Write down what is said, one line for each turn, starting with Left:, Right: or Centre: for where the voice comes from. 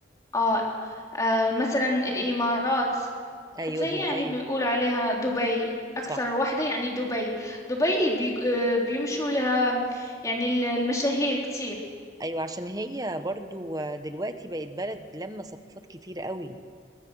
Left: اه, آه مثلا الإمارات
Right: أيوه
Left: حتى
Right: دبي
Left: هي يعني بيقولوا عليها دبي أكثر
Right: صح
Left: واحدة يعني دبي دبي بي... آه، بيمشوا لها يعني ال- المشاهير كتير
Right: ايوه عشان هي برضو دلوقتي بقت بلد لما ثقافات كتير قوي